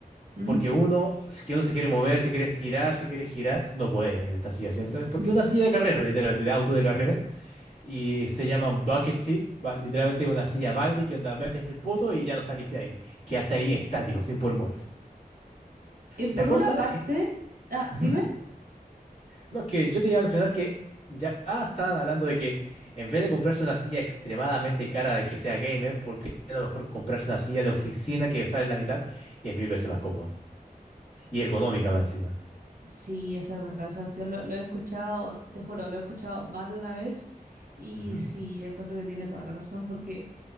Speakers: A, on the right; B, on the left.
A: ¿Mm?
B: porque uno, si que uno se quiere mover, se quiere estirar, se quiere girar, no puedes en esta silla, ¿cierto?
A: <laughs>
B: Porque es una silla de carrera, literalmente, de auto de carrera, y se llama un bucket seat, ba- literalmente una silla balde que onda metes el poto y ya no saliste de ahí, que hasta ahí estático, sin poder moverte.
A: Y por
B: La cosa
A: una parte,
B: es...
A: ah,
B: Ujú.
A: dime.
B: No, es que yo te iba a mencionar que ya estaban hablando de que en vez de comprarse una silla extremadamente cara de que sea gamer, porque a lo mejor comprarse una silla de oficina que sale la mitad y es mil veces más cómoda y ergonómica más encima?
A: Sí, eso es verdad, esa cuestión lo, lo he escuchado, te juro, lo he escuchado más de una vez y
B: Ujú.
A: sí, yo encuentro que tiene toda la razón porque